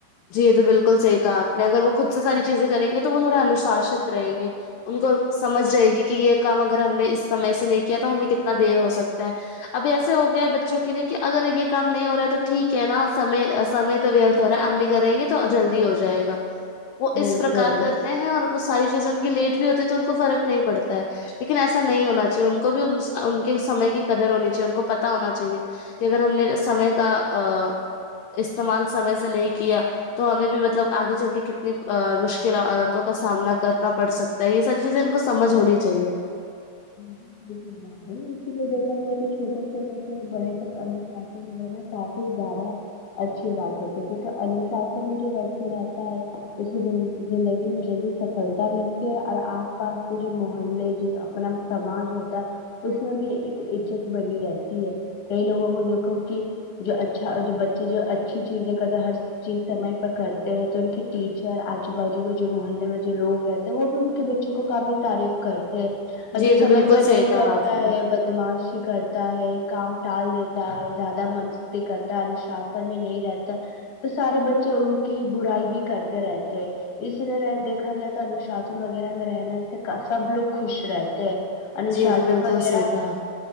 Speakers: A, on the left (about 80°); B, on the left (about 60°).
A: جی یہ تو بالکل صحیح کہا آپ نے اگر وہ خود سے ساری چیزیں کریں گے تو وہ تھوڑے انوشاست رہیں گے ان کو سمجھ رہے گی کہ یہ کام اگر ہم نے اس سمے سے نہیں کیا تو ہمیں کتنا دیر ہو سکتا ہے ابھی ایسے ہو گئے بچوں کے لیے کہ اگر یہ کام نہیں ہو رہا ہے تو ٹھیک ہے نا سمے سمے تو وتھ ہو رہا ہے امی کریں گے تو جلدی ہو جائے گا وہ
B: بالکل
A: اس پرکار سے تے ہیں اور وہ ساری چیزیں ان کی لیٹ بھی ہوتی ہے تو ان کو فرق نہیں پڑتا ہے لیکن ایسا نہیں ہونا چاہیے ان کو بھی ان کے سمے کی قدر ہونی چاہیے ان کو بھی پتہ ہونا چاہیے کہ اگر ہم نے سمے کا ا استعمال سمے سے نہیں کیا تو ہمیں بھی مطلب آگے چل کے کتنی ا مشکلاتوں کا سامنا کرنا پڑ سکتا نہیں یہ ساری چیزیں ان کو سمجھ ہونی چاہیے
B: <inaudible> اسی لیے دیکھا جائے تو چھوٹے سے لے کے بڑے تک انوشاسن میں رہ ہے نا کافی زیادہ اچھی بات ہوتی ہے کیونکہ انوشاسن میں جو ویکتی رہتا ہے اس زندگی میں جلدی سفلتا ملتی ہے اور آس پاس کے جو محلے جو اپنا سماج جو ہوتا ہے اس میں بھی ایک عزت بنی رہتی ہے کئی لوگوں کو دیکھو کہ جو اچھا جو بچے جو اچھی چیزیں کرتے ہر چیز سمے پر کرتے ہیں تو ان کے ٹیچر آجو باجو کے جو محلے میں جو لوگ رہتے ہیں وہ بھی ان کے ب بچوں کو کافی تعریف کرتے ہیں اور
A: جی
B: جو سمے
A: تو بالکل
B: پہ نہیں
A: صحیح کہا
B: کرتا
A: آپ نے
B: ہے بدمعاشی کرتا ہے کام ٹال دیتا ہے زیادہ مر بھی کرتا انوشاسن میں نہیں رہتا تو سارے بچے ان کی برائی بھی کرتے رہتے اس لیے دیکھا جائے تو انوشاسن وغیرہ میں رہنے سے سب لوگ خوش رہتے ہیں انوشاسن
A: جی یہ تو بالکل
B: وغیرہ
A: صحیح کہا